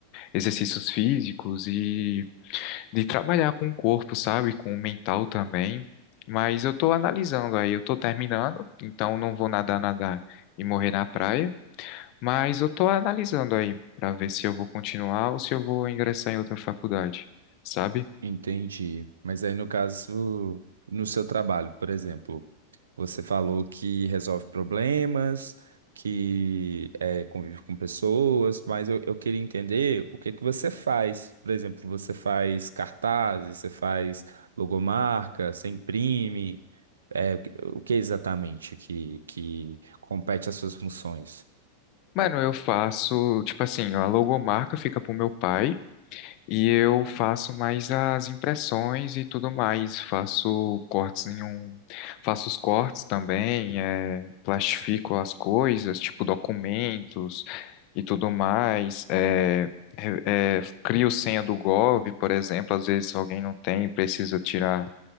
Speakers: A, on the left; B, on the right.
A: exercícios físicos e de trabalhar com o corpo, sabe? Com o mental também. Mas eu tô analisando aí, eu tô terminando, então não vou nadar, nadar e morrer na praia. Mas eu tô analisando aí pra ver se eu vou continuar ou se eu vou ingressar em outra faculdade, sabe?
B: Entendi. Mas aí, no caso, no seu trabalho, por exemplo, você falou que resolve problemas, que é, convive com pessoas, mas eu, eu queria entender o que que você faz. Por exemplo, você faz cartazes, você faz logomarca, você imprime. É, o que o que exatamente que, que compete às suas funções?
A: Mano, eu faço, tipo assim, a logomarca fica pro meu pai. E eu faço mais as impressões e tudo mais. Faço cortes em um, faço os cortes também, é, plastifico as coisas, tipo documentos e tudo mais. É, re- é, crio senha do Gov, por exemplo. Às vezes alguém não tem, precisa tirar